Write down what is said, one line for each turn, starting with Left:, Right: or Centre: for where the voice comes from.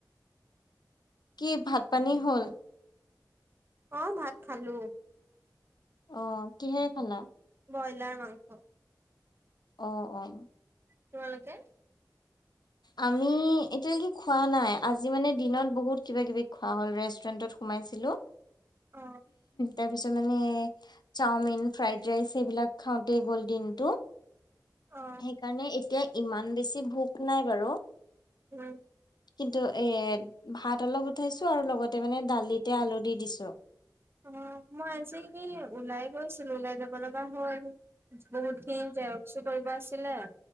Left: কি ভাত পানী হ'ল?
Right: অ', ভাত খালোঁ।
Left: অঁ কিহেৰে খালা?
Right: ব্ৰইলাৰ মাংস।
Left: অঁ অঁ।
Right: তোমালোকে?
Left: আমি এতিয়ালৈকে খোৱা নাই আজি মানে দিনত বহুত কিবা কিবি খোৱা হ'ল। ৰেষ্টুৰেণ্টত সোমাইছিলো।
Right: অ
Left: তাৰ পিছত মানে চাওমিন, ফ্ৰাইড ৰাইচ এইবিলাক খাওঁতে গ'ল দিনটো!
Right: অ
Left: সেইকাৰণে এতিয়া ইমান বেছি ভোক নাই বাৰু!
Right: উম।
Left: কিন্তু এ ভাত অলপ উঠাইছো আৰু লগতে মানে দালিতে আলু দি দিছো।
Right: অ' মই আজি এনেই ওলাই গৈছিলোঁ ওলাই যাব লগা হ'ল। বহুতখিনি জেৰক্সো কৰিব আছিলে।